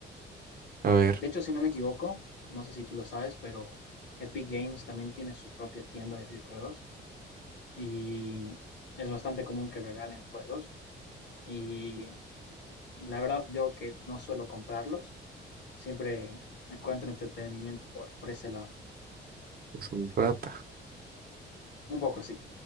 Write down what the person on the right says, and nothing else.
A ver,
es un rata.